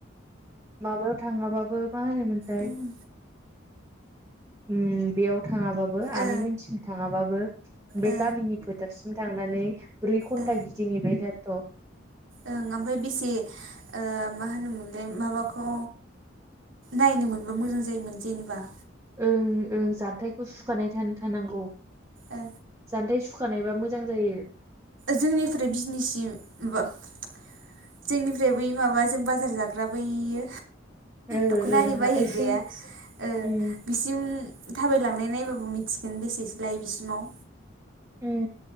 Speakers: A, on the right; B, on the right.
A: माबायाव थाङाबाबो मा होनोमोनथाय
B: उम
A: ओम बेयाव थाङाबाबो आनैमोनिसिम
B: ओ
A: थाङाबाबो बे
B: ओ
A: गामिनि फोथारसिम थांनानै ब्रै घन्ता
B: ओ
A: गिदिंहैबाय थानो थ'।
B: ओं ओमफ्राय बेसे ओ मा होनोमोनलाय? माबाखौ नायनो मोनबा मोजां जायोमोन जेनेबा।
A: ओं ओं जथायखौ सुखानायानो थानांगौ
B: ओ
A: जान्थाइ सुखानायबा मोजां जायो
B: जोंनिफ्राय बिजनिसिम माबा जोंनिफ्राय बै माबा जों बाजार जाग्रा बैयो
A: ओ
B: दखनारि
A: ओ हाथायसिम
B: बायहैग्राया ओ
A: उम
B: बिसिम थाबायलांनाय नायबाबो मिथिगोन बेसेसो लायै बिसिमाव
A: उम